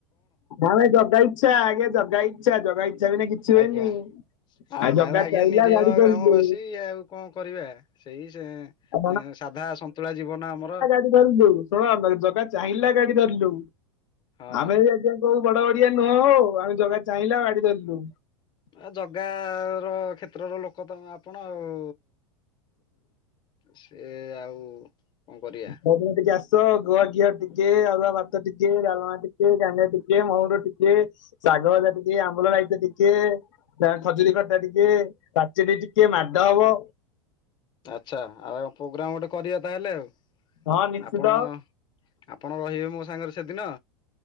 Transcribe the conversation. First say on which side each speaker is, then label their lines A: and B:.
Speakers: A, on the left; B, on the left.
A: ଆମେ ଜଗା ଇଚ୍ଛା ଆଜ୍ଞା ଜଗା ଇଚ୍ଛା ଜଗା ଇଚ୍ଛା ବିନା କିଛି
B: ଆଜ୍ଞା।
A: ହୁଏନି
B: ଆମେ
A: ଆଉ ଜଗା
B: ଆଜ୍ଞା
A: ଚାହିଁଲା
B: ନିରୀହ
A: ଗାଡି ଧରିଲୁ
B: ଗ୍ରାମବାସୀ ଆଉ କଣ କରିବା। ସେଇ ସେ
A: ଆଉ
B: ସାଧା ସନ୍ତୁଳା ଜୀବନ ଆମର
A: ଗା ଧରିଲୁ ଶୁଣ ଜାଗା ଚାହିଁଲା ଗାଡି ଧରିଲୁ
B: ହଁ
A: ଆମେ ବି ଆଜ୍ଞା କୋଉ ବଡ ବଡିିଆ ନୁହଁ ହ ଆମେ ଜଗା ଚାହିଁଲା ଗାଡି ଧରିଲୁ
B: ଆଉ ଜଗା ର କ୍ଷେତ୍ରର ଲୋକ ତମେ ଆପଣ ଆଉ ସେ ଆଉ କଣ କରିବା
A: ଟିକେ ଆସ ଗୁଆ ଘିଅ ଟିକେ ଅରୁଆ ଭାତ ଟିକେ ଡାଲମା ଟିକେ କାନିଆ ଟିକେ ମହୁର ଟିକେ ଶାଗ ଭଜା ଟିକେ ଆମ୍ବୁଲ ରାଇତା ଟିକେ ଖଜୁରୀ ଖଟା ଟିକେ ପାଚେଡି ଟିକେ ମାଡ ହବ
B: ଆଚ୍ଛା ଆଉ ପ୍ରୋଗ୍ରାମ ଗୋଟେ କରିବା ତାହେଲେ ଆଉ
A: ହଁ ନିଶ୍ଚିତ
B: ଆପଣ ଆପଣ ରହିବେ ମୋ ସାଙ୍ଗରେ ସେଦିନ